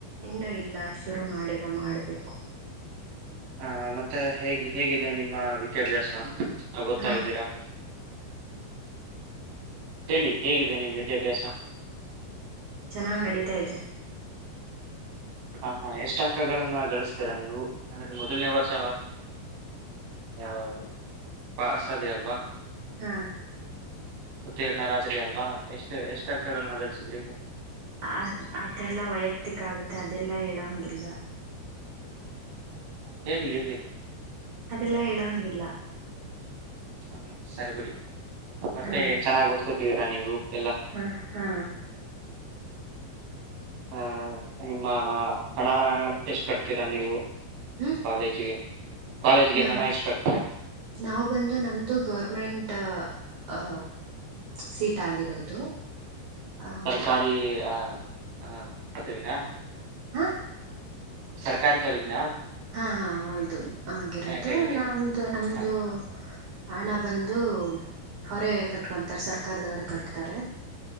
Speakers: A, on the right; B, on the right.
A: ಇನ್ನುೂ ಇಲ್ಲ ಶುರು ಮಾಡಿ ಎಲ್ಲ ಮಾಡಬೇಕು
B: ಹ ಮತ್ತೆ ಹೇಗೆ ಹೇಗಿದೆ ನಿಮ್ಮ ವಿದ್ಯಾಭ್ಯಾಸ ನಾ ಗೊತ್ತಾ
A: ಹಾಂ
B: ಇದ್ದೀರಾ ಹೇಳಿ ಹೇಗಿದೆ ನಿಮ್ ವಿದ್ಯಾಭ್ಯಾಸ
A: ಚೆನ್ನಾಗ್ ನಡೀತಾ ಇದ್ದ
B: ಹ ಹಾ ಎಷ್ಟ ಅಂಕಗಳನ್ನ ಗಳಿಸತೀರಾ ನೀವು ಅಂದ್ರೆ ಮೊದಲನೇ ವರ್ಷ ಆ ಪಾಸ್ ಅದಿ ಅಲ್ವಾ
A: ಹಾ
B: ಉತ್ತೀರ್ಣರಾತ್ರಿ ಅಲ್ವಾ ಎಷ್ಟು ಎಷ್ಟು ಅಂಕಗಳನ್ನ ಗಳಸಿದರು
A: ಅ ಅದೆಲ್ಲ ವೈಯಕ್ತಿಕ ಆಗುತ್ತೆ ಅ ಇದೆಲ್ಲ ಹೇಳೋೊಂಡಿಲ್ಲ
B: ಹೇಳರಿಿ ಎರ್ಲಿ
A: ಅದೆಲ್ಲಾ ಹೇಳೋನಗಿಲ್ಲ
B: ಹ್ಮ ಸರಬುಡಿ ಮತ್ತೆ
A: ಹಾ
B: ಚೆನ್ನಾಗಿ್ ಓದ್ಕೂ ರ ನೀವು ಎಲ್ಲ
A: ಹಾ ಹಾ
B: ಹ ನಿಮ್ಮ ಹಣ ಎಷ್ಟು ಕಟ್ತೀರಾ ನೀವು
A: ಹ್ಮ್
B: ಕಾಲೇಜಿಗೆ ಕಾಲೇಜ್ಗೆ
A: ನಾ
B: ಹಣ ಎಷ್ಟು ಕಟ್ತೀರಾ
A: ನಾವು ಬಂದು ನಮ್ದು ಗೌರ್ಮೆಂಟ್ ಆ ಸೀಟ್ ಆಗಿರೋದು ಆ
B: ಸರ್ಕಾರಿ ಆ ಹಾ ಅದುವಿನ
A: ಹಾ
B: ಸರ್ಕಾರಿ ಪದವಿನ
A: ಹಾ ಹೌದು ಆಗಿರೋದು
B: ಹ ಹೇಳಿ ಹೇಳಿ
A: ನಮ್ದು ನಮ್ದು
B: ಹ
A: ಹಣ ಬಂದು ಹೊರೆ ಕಟ್ಕೊಂತಾರೆ ಸರ್ ಕರೆದವರೆ ಕಟ್ತಾರೆ